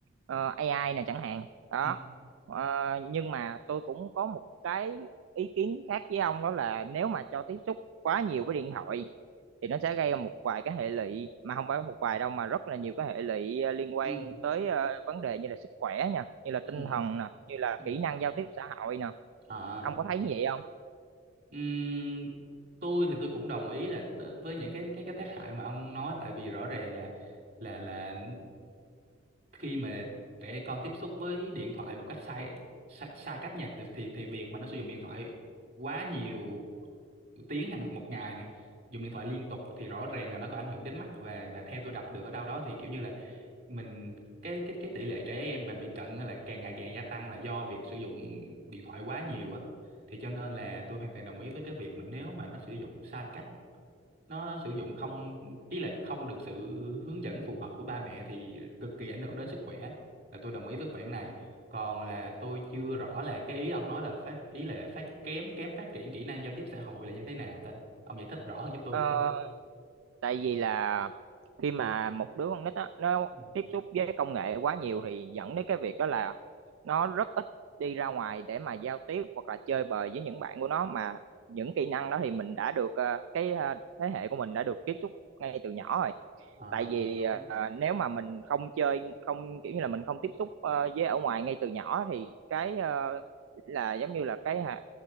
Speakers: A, on the right; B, on the right.
A: ờ, AI này chẳng hạn. Đó.
B: ừ
A: Ờ, nhưng mà tôi cũng có một cái ý kiến khác với ông đó là nếu mà cho tiếp xúc quá nhiều với điện thoại thì nó sẽ gây ra một vài cái hệ lụy mà không phải một vài đâu mà rất là nhiều cái hệ lụy ờ, liên quan
B: ừ
A: tới ờ, vấn đề như là sức khỏe nha như là
B: ừ
A: tinh thần nè như là
B: ừ
A: kỹ năng giao tiếp xã hội nè
B: à
A: ông có thấy như vậy không
B: Ừm, tôi thì tôi cũng đồng ý là t- với những cái cái cái tác hại mà ông nói tại vì rõ ràng là là là khi mà trẻ con tiếp xúc với điện thoại một cách sai sai, sai cách nha thì thì thì việc mà nó sử dụng điện thoại quá nhiều tiếng hàng một ngày nè dùng điện thoại liên tục thì rõ ràng là nó có ảnh hưởng đến mắt và và theo tôi đọc được ở đâu đó thì kiểu như là mình cái cái cái tỷ lệ trẻ em mà bị cận á là càng ngày càng gia tăng là do việc sử dụng điện thoại quá nhiều á thì cho nên là tôi hoàn toàn đồng ý với cái việc mà nếu mà nó sử dụng sai cách nó sử dụng không ý là không được sự hướng dẫn phù hợp của ba mẹ thì cực kỳ ảnh hưởng đến sức khỏe là tôi đồng ý với khoản này còn là tôi chưa rõ là cái ý ông nói là phát ý là phát kém kém phát triển kỹ năng giao tiếp xã hội là như thế nào ta ông giải thích rõ hơn giúp tôi
A: Ờ,
B: được không
A: tại vì là khi mà một đứa con nít á nó
B: Ừ.
A: tiếp xúc với công nghệ quá nhiều thì dẫn đến cái việc đó là nó rất ít đi ra ngoài để mà giao tiếp hoặc là chơi bời với những bạn của nó mà những kỹ năng đó thì mình đã được ờ, cái ờ, thế hệ của mình đã được tiếp xúc ngay từ nhỏ rồi
B: À,
A: tại vì
B: đúng.
A: ờ, nếu mà mình không chơi không kiểu như là mình không tiếp xúc ờ, với ở ngoài ngay từ nhỏ thì cái ờ, là giống như là cái hạ-